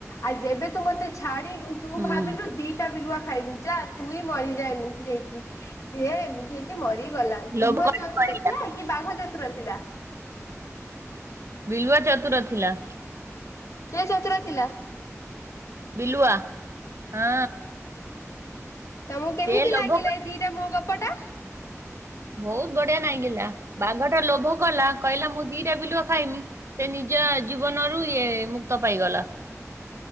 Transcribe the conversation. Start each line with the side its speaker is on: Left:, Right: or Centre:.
Left: ଆଉ ଯେବେ ତୁ ମତେ ଛାଡି ନୁ ତୁ
Right: ହୁଁ
Left: ଭାବିଲୁ ଦିଟା ବିଲୁଆ ଖାଇବୁ ଯା ତୁ ମରିଯା ଏମିତି ଏଇଠି ସିଏ ହେକି ମରିଗଲା
Right: ଲୋଭ
Left: ବିଲୁଆ
Right: କଣ
Left: ଚତୁର
Right: କରିଲା?
Left: ଥିଲା କି ବାଘ ଚତୁର ଥିଲା?
Right: ବିଲୁଆ ଚତୁର ଥିଲା।
Left: କିଏ ଚତୁର ଥିଲା?
Right: ବିଲୁଆ ହଁ
Left: ତମକୁ କେମିତି
Right: ସେ ଲୋଭ
Left: ଲାଗିଲା ଏଇ ଦିଟା ମୋ ଗପଟା?
Right: ବହୁତ ବଢିଆ ନାଗିଲା ବାଘଟା ଲୋଭ କଲା କହିଲା ମୁଁ ଦିଟା ବିଲୁଆ ଖାଇମି ସେ ନିଜ ଜୀବନରୁ ଇଏ ମୁକ୍ତ ପାଇଗଲା।